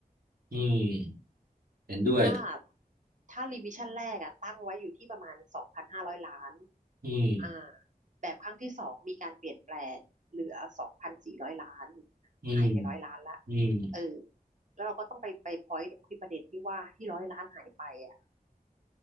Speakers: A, on the right; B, on the right.
A: อืมเห็นด้วย
B: ถ้าถ้ารีวิชั่นแรกอะตั้งไว้อยู่ที่ประมาณสองพันห้าร้อยล้าน
A: อืม
B: อ่าแบบครั้งที่สองมีการเปลี่ยนแปลงเหลือสองพันสี่ร้อยล้าน
A: อืม
B: หายไปร้อยล้านละ
A: อืม
B: เออแล้วเราก็ต้องไปไปพอยต์ตรงที่ประเด็นที่ว่าที่ร้อยล้านหายไปอ่ะ